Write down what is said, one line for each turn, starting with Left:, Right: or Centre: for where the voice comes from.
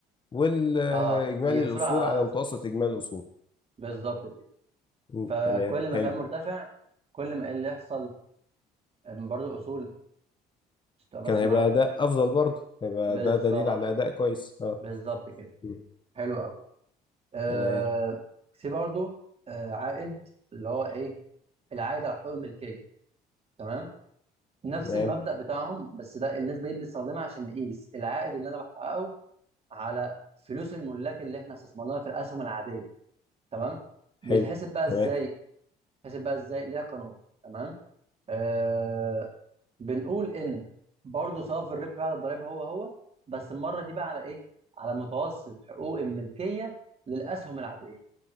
Left: والاجمالي
Right: اه هي
Left: الاصول
Right: اصول على
Left: على
Right: اصول
Left: متوسط اجمالي الاصول
Right: بالظبط كده
Left: مم،
Right: فكل
Left: تمام
Right: ما
Left: حلو
Right: كان مرتفع كل ما ايه اللي يحصل إن برضو الاصول تبقى بس
Left: كان هيبقى
Right: معايا خط
Left: اداء افضل برضه هيبقى
Right: بالظبط
Left: ده دليل على اداء كويس اه
Right: بالظبط كده
Left: مم،
Right: حلو قوي آه
Left: تمام
Right: في برضو آه عائد اللي هو ايه العائد على حقوق الملكيه تمام نفس
Left: تمام
Right: المبدا بتاعهم بس ده النسبه دي بنستخدمها عشان نقيس العائد اللي انا بحققه على فلوس الملاك اللي احنا استثمرناها في الاسهم العاديه تمام بيتحسب
Left: حلو
Right: بقى
Left: تمام
Right: ازاي بيتحسب بقى ازاي ليها قانون تمام آه بنقول ان برضو صافي الربح بعد الضرائب هو هو بس المره دي بقى على ايه على متوسط حقوق الملكيه للاسهم العاديه